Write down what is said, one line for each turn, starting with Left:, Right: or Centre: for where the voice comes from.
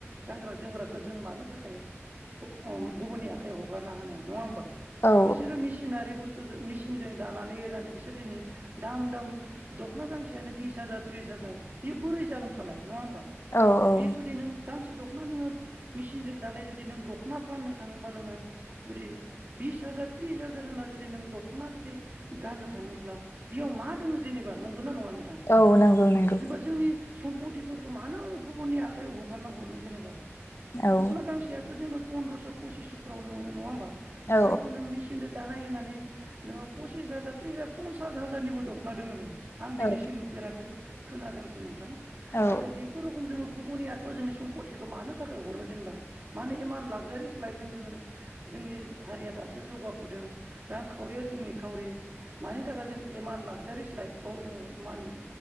Right: गानग्रा जोमग्राखौ जों मानो थाखाय ओम गुबुननि आखायाव हगारना होनो नङा होमबा?
Left: औ
Right: बिसोरो मेसिनारि बुस <unintelligible> मेचिनजों दानानै एरनानै बिसोर दिनै दाम दाम दख'ना गांसेयानो बिस हाजार त्रिस हाजार बियो बोरै जागोन फालाय नङा होमबा
Left: औ औ
Right: बे जुदि नों गांसे दख'ना नोङो मिसिनजों दानाय जुदि नों दख' दख'ना फाननो थाङोबा नोङो जुदि बिस हाजार त्रिस हाजार होनना जुदि नों दख'ना जुदि गाननो थाङोब्ला बेयाव मा दङो जेनेबा नं गौना नङा नोंथां
Left: औ नंगौ नंगौ
Right: जेनेबा जोंनि सम्पतिफोरखौ मानो गुबुननि आखाइायाव हगारना हरनो जेनेबा
Left: औ
Right: दखना खांसेयाथ' जेनबा फन्द्रस' पसिस'फोरावनो मोनो नङा होमबा
Left: औ
Right: जायखौ नों मेसिनदो दानाय होनानै नोङो पसिस हाजार पन्सास हाजारनिबो दख'ना दङोनो आं दिनैसिम
Left: औ
Right: नुफेराखै खोनादोंसो नोंथां
Left: औ
Right: नाथाय बेफर रखम जोङो गुबुननि आखायाव जोंनि सम्पतिखौ मानो थाखाय हरनो जेनेबा मानो इमान लाफ जेरिस लाइफजों जोङो जोंनि हारिया दासो जौगाफुदों रां खा खावरिया जोंनि खावरि मानि थाखाय जों इमान लागजारिस लाइफआव जोङो इमान